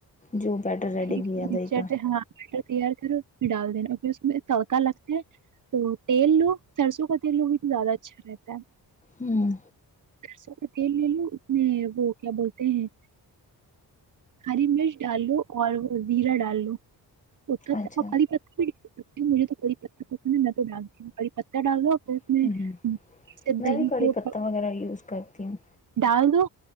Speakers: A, on the left; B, on the right.
A: جوو بیٹر
B: دہی
A: ریڈی بھییادے
B: مکسچر
A: کا
B: ہاں بیٹر تیار کر اس پ میں ڈال دینا پھر اس میں تڑکا لگتا ہے تو تیل لو سرسوں کا تیل لو بھی تو زیادہ اچھا رہتا ہے
A: ہوں
B: سرسوں کا تیل لے لو اس میں وہ کیا بولتے ہیں ہری مرچ ڈال لو اور وہ زیرا ڈال لو ات
A: اچھا
B: ت کا پ پت مھے تو کوڑ پ ڈال دی پتتا ڈال دو <unintelligible> اس
A: ہوں
B: میں دہی
A: بھی کڑی
B: کے اوپ
A: پتہ وغیرہ یوز کرتی ہوں
B: ڈال دو